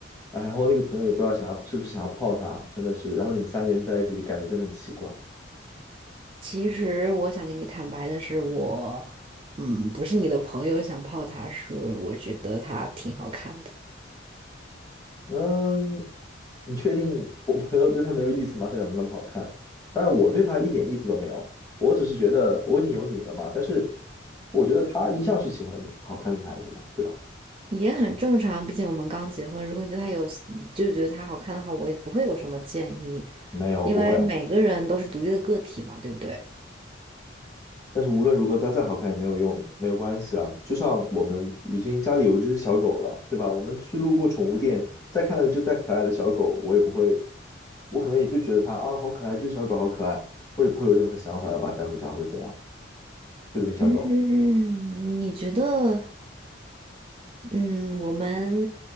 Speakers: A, on the left (about 15°); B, on the right (about 30°).
A: 啊，然后那个朋友也不知道想要是不是想要泡她，真的是，然后你们三个人在一起，感觉真的很奇怪。
B: 其实我想跟你坦白的是我，嗯，不是你的朋友想泡她，是我觉得她挺好看的，
A: 嗯，你确定我朋友对她没有意思吗？她长得那么好看，当然我对她一点意思都没有，我只是觉得我已经有你了嘛。但是我觉得她一向是喜欢好看的女孩子嘛，对吧？
B: 也很正常。毕竟我们刚结婚，如果你对她有，你就觉得她好看的话，我也不会有什么建议，
A: 没有，
B: 因为每个人都是独立的个体嘛，
A: 不会。
B: 对不对？
A: 但是无论如何，她再好看也没有用，没有关系啊。就像我们已经家里有一只小狗了，对吧？我们去路过宠物店，再看到一只再可爱的小狗，我也不会，我可能也就觉得它啊好可爱，这只小狗好可爱，我也不会有任何想法要把它带回家或者怎样，对不对，小狗？
B: 嗯，你觉得？嗯，我们